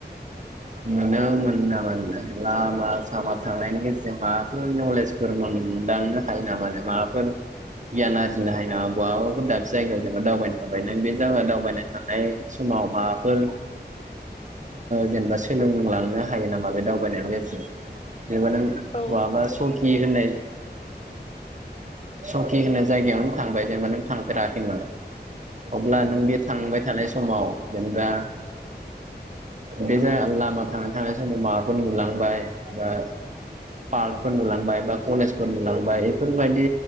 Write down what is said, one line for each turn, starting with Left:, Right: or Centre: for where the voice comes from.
Right: नुनो मोनो नामा लामा सामा थांनायनि गेजेरजों माबाफोर नलेजफोर मोनदांनो हायो नामा‌‌ नों? माबाफोर गियान आरजिनो जिनो हायो ना बहाबाफोर दाबसे जायगायाव जेना दावबाय थां नों बे जागा दावबाय थांनाय समाव माबाफोर जेनेबा सोलोंलांनो हायो नामा बे दावबायनायनि गेजेरजों? जेनेबा नों
Left: औ
Right: बहाबा
Left: थांबाय
Right: सकि होननाय संकि होनो जायगायावनो थांबाय जेनेबा नों थांफेराखैमोन अब्ला
Left: औ
Right: नों बे थांबाय थानाय सम समाव जेनेबा बे जाया लामा थां थानाय समाव माबाफोर नुलांबाय बा पार्कफोर नुलांबाय बा कलेजफोर नुलांबाय बेफोरबायदि